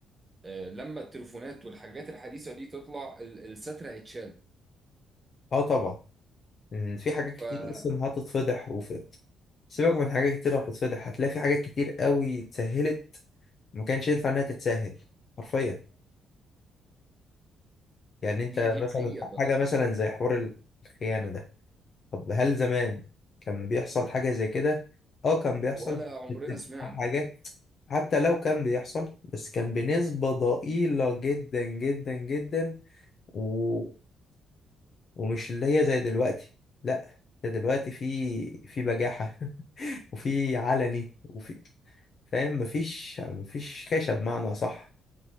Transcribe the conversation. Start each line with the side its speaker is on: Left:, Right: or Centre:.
Right: آه، لما التليفونات والحاجات الحديثة دي تطلع ال- الستر هيتشال
Left: اه طبعا إن في حاجات
Right: فصح
Left: كتير أصلا هتتفضح وفي سيبك من حاجات كتير هتتفضح هتلاقي في حاجات كتير قوي اتسهلت ما كانش ينفع إنها تتسهل حرفيا يعني أنت
Right: دي دي
Left: مثلا
Right: حقيقة بقى
Left: حاجة مثلا زي حوار الخيانة ده طب هل زمان كان بيحصل حاجة زي كده؟ اه كان بيحصل
Right: ولا عمرنا
Left: بتبقى
Right: سمعنا
Left: حاجات حتى لو كان بيحصل بس كان بنسبة ضئيلة جدا جدا جدا و... ومش اللي هي زي دلوقتي لا ده دلوقتي في في بجاحة <laughs> وفي علني وفي فاهم مفيش مفيش خشب بمعنى صح